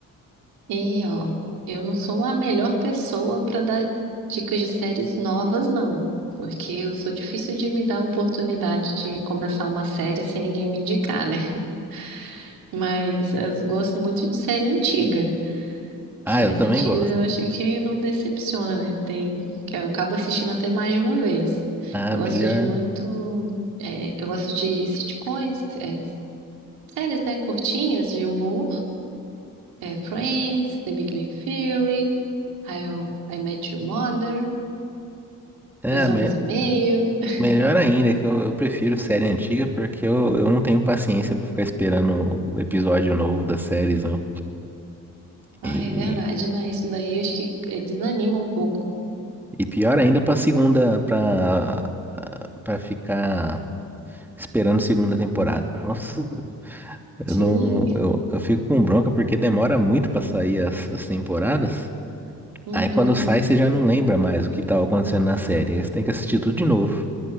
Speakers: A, on the right; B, in the centre.
A: E ó, eu não sou a melhor pessoa para dar dicas de séries novas, não, porque eu sou difícil de me dar a oportunidade de começar uma série sem ninguém me indicar, né? <laughs> Mas eu gosto muito de série antiga. Séries
B: Ah, eu também
A: antigas
B: gosto.
A: eu acho que não decepciona, né? Tem que eu acabo assistindo até mais de uma vez.
B: Ah,
A: Eu
B: melhor.
A: gosto de muito, é, eu gosto de sitcoms, é, séries, né, curtinhas de humor. é, Friends, The Big Bang Theory, How I Met Your Mother,
B: É,
A: Dois
B: me-
A: Homens e Meio. <laughs>
B: melhor ainda, que eu, eu prefiro série antiga porque eu, eu não tenho paciência pra ficar esperando o episódio novo das séries, não.
A: Ah,
B: E,
A: é verdade, né? Isso daí acho que eh, desanima um pouco.
B: e pior ainda pra segunda, pra, pra ficar esperando segunda temporada. Nossa. Eu
A: Sim,
B: não, eu, eu fico com bronca porque demora muito pra sair as, as temporadas.
A: uhum.
B: Aí quando sai, você já não lembra mais o que tava acontecendo na série. Aí você tem que assistir tudo de novo.